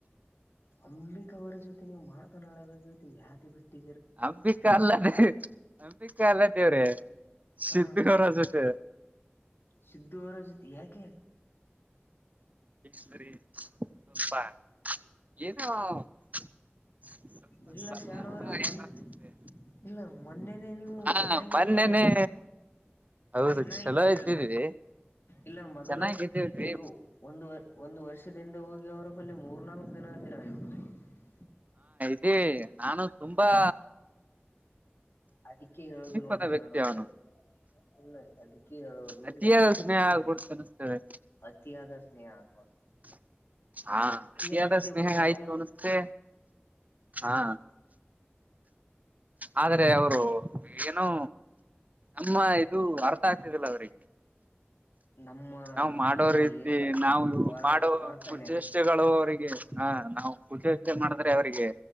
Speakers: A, on the left; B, on the right.
A: ಸಿದ್ದು ಅವರ ಜೊತೆ ನೀವು ಮಾತನಾಡಬೇಕ ಯಾಕೆ ಬಿಟ್ಟು
B: ಅಂಬಿಕಾ ಅಲ್ಲದೆೇ ಅಂಬಿಕಾ ಅಲ್ಲ ದೇವ್ರೆ ಸಿದ್ದು
A: ಹಾ
B: ಅವರ ಜೊತೆ
A: ಸಿದ್ದು ಅವರ ಜೊತೆ ಯಾಕೆ
B: <unintelligible> ಸ್ವಲ್ಪ
A: ಇಲ್ಲ
B: ಸಣ್ಣಂತ
A: ಶರಣವ್ರ
B: ಆಯ್ತು
A: ಮೊನ್ನೆ
B: ಅನ್ಸುತ್ತೆ
A: ಇಲ್ಲ ಮೊನ್ನೆನೆ ನೀವು
B: ಹಾ
A: ಚೆನ್ನಾಗಿದ್ದೀರಲ್ಲ
B: ಮೊನ್ನೆನೆ ಹೌದು
A: ಚೆನ್ನಾಗಿದ್ದೀರಲ್ಲ
B: ಚಲೋ ಇದ್ದೀವಿ
A: ಇಲ್ಲ ಮದರ
B: ಚೆನ್ನಾಗಿದ್ದೀವ್ರಿ
A: ಈಗ ಒಂದು ಒಂದು ವರ್ಷದಿಂದ ಹೋಗಿ ಅವರ ಕಲ್ಲಿ ಮೂರ್ನಾಕ <unintelligible>
B: ಅದೇ ನಾನು ತುಂಬಾ
A: ಅದಿಕ್ಕೆ ಹೇಳುದು
B: ಸಮೀಪದ
A: ನೋಡಿ ಶರಣವ್ರೇ
B: ವ್ಯಕ್ತಿ ಅವನು
A: ಇಲ್ಲ ಅದಕ್ಕೆ ಹೇಳೋುದು
B: ಅತಿಯಾದ
A: ಯಾವ ಬಳೂ
B: ಸ್ನೇಹ ಆಗ್ಬಿಡ್ತ ಅನಿಸ್ತದೆ
A: ಅತಿಯಾದ ಸ್ನೇಹ ಆಗ್ಬಾರದು
B: <inaudible> ಹಾ
A: ನಡೀತೆ
B: ಅದ ಸ್ನೇಹ
A: ಬಿಡು
B: ಆಯ್ತು
A: ನಾವು
B: ಅನಷ್ಟೆ
A: ಹ್ಮ್
B: ಹಾ ಆದ್ರೆ ಅವರು ಏನೋ ಅಮ್ಮ ಇದು ಅರ್ಥ ಆಗ್ತದಿಲ್ಲ ಅವ್ರಿಗೆ
A: ನಮ್ಮ
B: ನಾವ್ ಮಾಡೋ
A: ನಾವು
B: ರೀತಿ
A: ಏತರ
B: ನಾವು
A: ವರ್
B: ಮಾಡೋಚೇಷ್ಟೆಗಳುರಿಗೆ
A: ವರ್ತನೆ
B: ಹಾ ನಾವು ಖುಷಿಯಚ ಮಾಡಿದ್ರೆ ಅವರಿಗೆ